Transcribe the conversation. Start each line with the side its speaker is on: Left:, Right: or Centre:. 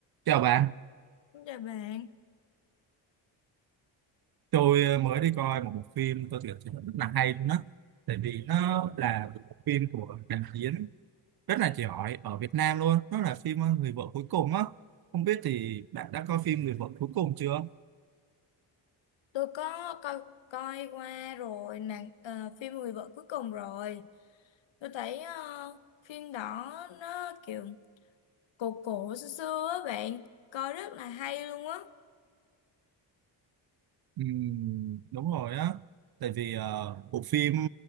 Right: Chào bạn,
Left: xin chào bạn,
Right: tôi ờ, mới đi coi một bộ phim tôi thực sự rất là hay luôn đó. Tại vì nó là một bộ phim của đạo diễn rất là giỏi ở Việt Nam luôn. Nó là phim ờ, Người vợ cuối cùng á. Không biết thì bạn đã coi phim Người vợ cuối cùng chưa?
Left: tôi có coi coi qua rồi nàng ờ, phim Người vợ cuối cùng rồi. Tôi thấy ờ, phim đó nó kiểu cổ cổ xưa xưa á bạn, coi rất là hay luôn á.
Right: Ừm, đúng rồi á. Tại vì ờ, bộ phim